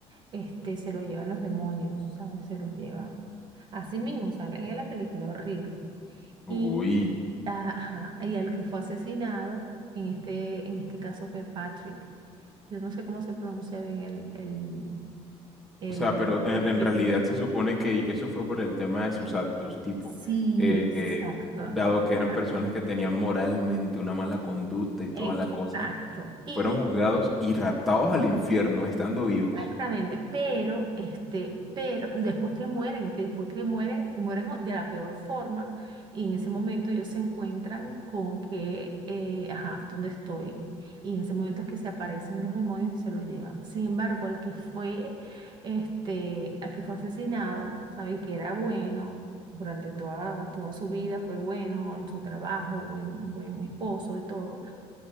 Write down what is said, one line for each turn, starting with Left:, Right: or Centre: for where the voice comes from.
Right: este, se lo llevan los demonios, ¿sabes? Se los llevan. Así mismo sale en la película, horrible
Centre: Uy.
Right: y, ah, ajá, y al que fue asesinado, en este, en este caso fue Patrick. Yo no sé cómo se pronuncia bien el, el, el
Centre: O sea, pero en, en
Right: apellido.
Centre: realidad se supone que eso fue por el tema de sus actos, tipo,
Right: Sí,
Centre: eh,
Right: exacto.
Centre: dado
Right: Exacto.
Centre: que eran personas que tenían moralmente una mala conducta y toda
Right: Exacto.
Centre: la cosa,
Right: Y
Centre: fueron juzgados y ratados al infierno estando vivos.
Right: Exactamente, pero este, pero después que mueren, que después que mueren, mueren o- de la peor forma, y en ese momento ellos se encuentran con que, eh, ajá, ¿dónde estoy? Y en ese momento es que se aparecen los demonios y se lo llevan. Sin embargo, al que fue, este, al que fue asesinado, ¿sabes? Que era bueno durante toda, toda su vida, fue bueno en su trabajo, buen, buen esposo y todo